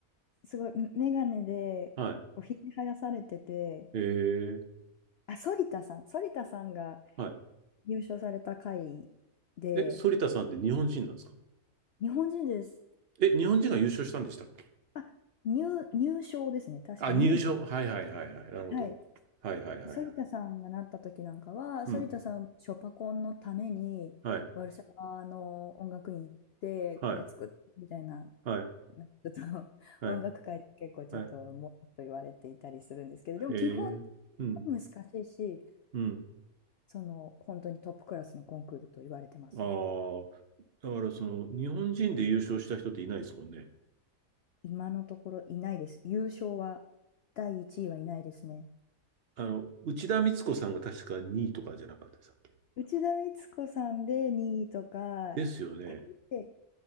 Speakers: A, on the left (about 80°); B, on the right (about 50°).
A: すごい、メガネで、
B: はい、
A: おひげ生やされてて、
B: ええ、
A: あ、反田さん、反田さんが
B: はい。
A: 優勝された回で、
B: え、反田さんって日本人なんですか
A: 日本人です。
B: え、日本人が優勝したんでしたっけ
A: あ、入、入賞ですね。確か2位とか。
B: あ、入賞はいはいはいはい。なるほど。
A: はい。
B: はいはいはいはい。
A: 反田さんがなった時なんかは、
B: うん。
A: 反田さん、ショパコンのために、
B: はい。
A: ワルシャワの音楽院行って、
B: はい。
A: コネ作ってみたいな、
B: はい。
A: なんかちょっと <laughs>
B: はい。
A: 音楽界で結構ちょっと、
B: は
A: もっと言われていたりするんですけど、でも基本は
B: い。へえ。うん。
A: 難しいし、
B: うん。
A: その、本当にトップクラスのコンクールと言われてますね。
B: ああ。だからその、日本人で優勝した人っていないですもんね。
A: 今のところいないです。優勝は、第1位はいないですね。
B: あの、内田光子さんが確か2位とかじゃなかったでしたっけ
A: 内田光子さんで2位とか、
B: ですよね。
A: あれって